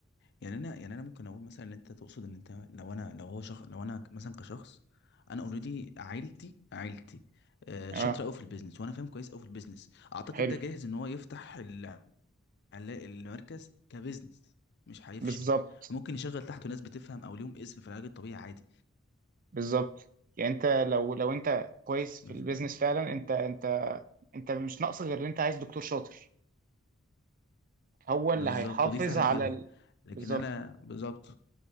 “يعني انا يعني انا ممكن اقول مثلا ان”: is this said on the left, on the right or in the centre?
Left